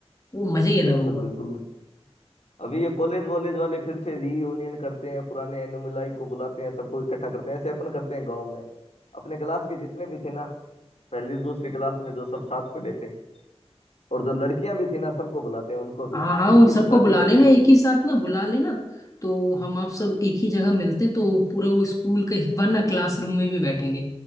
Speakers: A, on the left; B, on the left.
A: वो मजा ही अलग
B: बिल्कुल
A: होगा
B: बिल्कुल अभी ये कॉलेज वॉलेज वाले फिर से रीयूनियन करते हैं पुराने एनुमिलाई को बुलाते हैं सबको इकट्ठा करते हैं ऐसे अपन करते हैं गांव में अपने क्लास के जितने भी थे ना पहली दूसरी क्लास में जो सब साथ पढ़े थे और जो लड़कियां भी थी ना सबको बुलाते हैं उनको भी
A: हाँ हाँ
B: उनकी
A: उन सबको
B: तो शादी
A: बुला
B: हो
A: लेना
B: गई होंगी
A: एक ही साथ ना बुला लेना तो हम आप सब एक ही जगह मिलते हैं तो पूरा वो स्कूल के वरना क्लासरूम में भी बैठेंगे